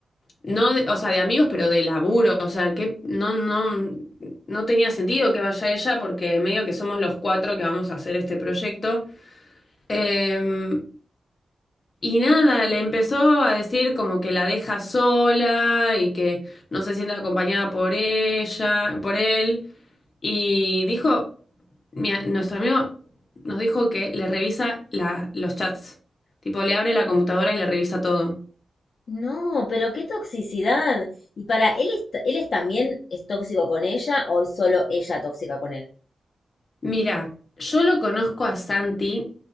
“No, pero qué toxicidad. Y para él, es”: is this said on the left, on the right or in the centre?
Left